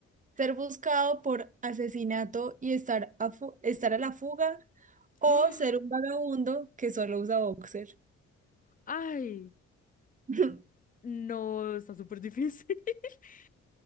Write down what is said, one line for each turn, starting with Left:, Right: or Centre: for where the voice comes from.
Right: ¿Ser buscado por asesinato y estar a, fu- estar a la fuga? ¿O
Left: <gasps>
Right: ser un vagabundo que solo usa boxer?
Left: Ay,
Right: <laughs>
Left: no, está súper difícil. <laughs>